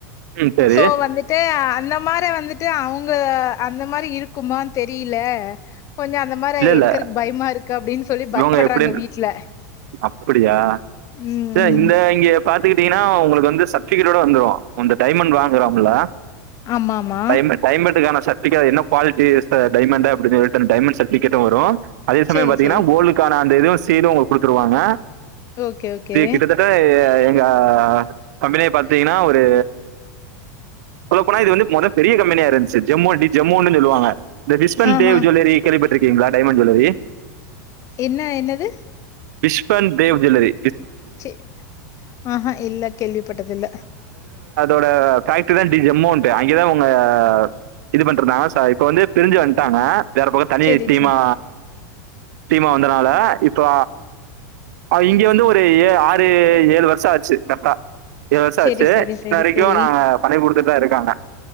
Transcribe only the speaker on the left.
சோ வந்துட்டு இந்த மாரி வந்துட்டு அவுங்க அந்த மாரி இருக்குமானு தெரியல கொஞ்சோ அந்த மாரி
எடுக்கறக்கு பயமா இருக்கு அப்டின்னு சொல்லி பயப்படுறாங்க
வீட்ல
ம்
ம்
ஆமா ஆமா
சேரி
சேரி
ஓகே ஓகே
ஆஹா
என்ன என்னது
செர் ஆ இல்ல கேள்விபட்டதில்ல
சேரி
சேரி
சேரி
சேரி
சேரி
சேரி